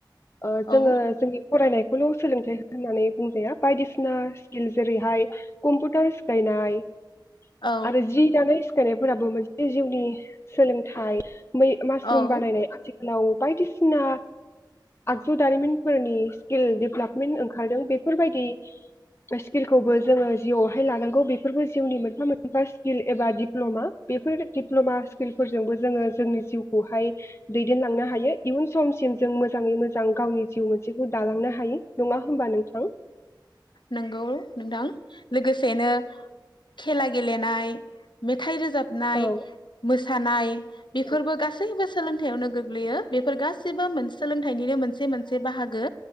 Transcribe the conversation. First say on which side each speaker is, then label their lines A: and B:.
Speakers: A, on the left; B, on the left.
A: ओ जोङो
B: औ
A: जोंनि फरायनाय खौल' सोलोंथाइ होननानै बुंजाया बायदिसिना स्किल जेरैहाय कुम्पु <unintelligible> सिखायनाय
B: औ
A: आरो जि दानाय सिखायनायफोराबो मोनसे जिउनि सोलोंथाइ <unintelligible>
B: औ
A: <unintelligible> बानायनाय <unintelligible> <unintelligible> बायदिसिना आगजु दारिमिनफोरनि स्किल डेभल्पमेन्ट ओंखारदों बेफोरबायदि स्किलखौबो जोङो जिउवावहाय लानांगौ बेफोरबो जिउनि मोनफा मोनफा स्किल एबा डिप्ल'मा बेफोर दिप्ल'मा स्किलफोरजोंबो जोङो जोंनि जिउ खौहाय दैदेनलांनो हायो इयुन समसिम जों मोजाङै मोजां गावनि जिउ मोनसेखौ दालांनो हायो नङा होमबा नोंथां?
B: नोंगौ नोंथां लोगोसेनो खेला गेलेनाय मेथाइ रो जाबनाय
A: औ
B: मोसानाय बेफोरबो
A: औ,
B: गासैबो सोलोंथायावनो गोग्लैयो बेफोर गासिबो मोन सोलोंथाइनिनो मोनसे मोनसे बाहागो